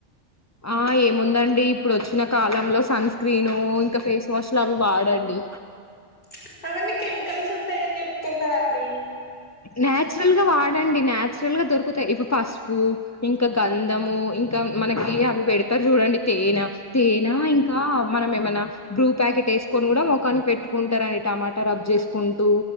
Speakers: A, on the left (about 20°); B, on the left (about 45°).
A: ఆ ఏముందండి ఇప్పుడు వచ్చ చిన్న కాలంలో సన్ స్క్రీను ఇంకా ఫేస్ వాష్ లు అవి వాడండి
B: <unintelligible> అవన్నీ కెమికల్స్ ఉంటాయ అని చెప్తున్నండి
A: నాచురల్ గా వాడండి నాచురల్ గా దొరుకుతాయి ఇప్పుడు పసుపు ఇంకా గంధము ఇంకా మనకి అవి పెడతారు చూడండి తేనె తేనా ఇంకా మనం ఏమైనా బ్రూ ప్యాకెట్ వేసుకొని కూడా మఖానికి పెట్టుకుంటారండి టమాటా రబ్ చేసుకుంటూ